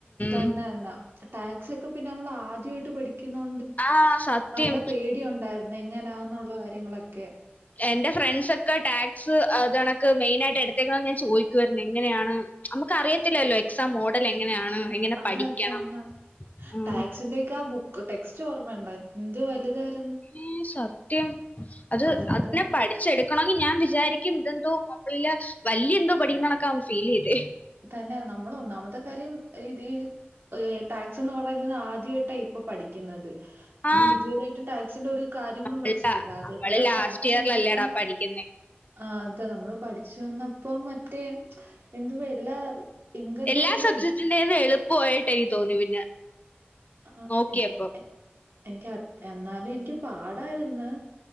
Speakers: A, on the right (about 70°); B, on the left (about 40°).
A: തന്നെ
B: മ്
A: തന്നെ. ടാക്സ് ഒക്കെ പിന്നെ നമ്മൾ ആദ്യമായിട്ട് പഠിക്കുന്
B: ആ സത്യം.
A: നല്ല പേടി ഉണ്ടായിന്നു എങ്ങനാന്നുള്ള കാര്യങ്ങളൊക്കെ
B: എന്റെ ഫ്രണ്ട്സ് ഒക്കെ ടാക്സ് അതണ <unintelligible> മെയിനായിയിട്ട് എടുത്തേക്കണെ ഞാൻ ചോദിക്കുരുന്ന് എങ്ങനെയാണ് നമുക്ക് അറിയത്തില്ലല്ലോ എക്സാം മോഡൽ എങ്ങനെയാണ് എങ്ങനെ
A: അതാ
B: പഠിക്കണം?
A: തന്നെ
B: ഉം.
A: ടാക്സിന്റെക്ക ആ ബുക്ക് ടെക്സ്റ്റ് ഓർമ്മണ്ടോ എന്ത് വലുതായിരു
B: ഏ സത്യം അത്
A: അതൊക്കെ
B: അ പഠി ശെ എടുക്കണെങ്കിൽ ഞാ വിചാരിക്കും ഇതെന്തോ മോബീല് വല്യ എന്തോ പഠിക്കുന്നണൊക്കെ ഫീൽ ചെയ്തേ
A: തന്നെ നമ്മളന്നാമത്തെ കാര്യം ഈ ടാക്സ് എന്ന് പറയുന്നത് ആദ്യമായിട്ടാ ഇപ്പൊ പഠിക്കുന്നത് നമ്മൾ
B: ആ
A: ഇതുവരായിട്ട് ടാക്സിന്റെ ഒരു കാര്യങ്ങളും പഠിച്ചിട്ടില്ല
B: അല്ല
A: അതേപോലെ
B: നമ്മള് ലാസ്റ്റ്
A: പഠിച്ചു
B: ഇയറിലല്ലേടാ
A: വന്നപ്പോം
B: പഠിക്കുന്നേ
A: ആ അതെ നമ്മള് പഠിച്ചു വന്നപ്പോ മറ്റേ എന്തു എല്ലാ ഇൻകം
B: എല്ലാ
A: ലെവലും
B: സബ്ജക്ടിന്റെന്ന് എളുപ്പമായിട്ട് എനി തോന്നി പിന്നെ
A: ആ
B: നോക്കിയപ്പോ
A: എനിക്ക് എനിക്ക് എന്നാലും എനിക്ക് പാടായിന്ന്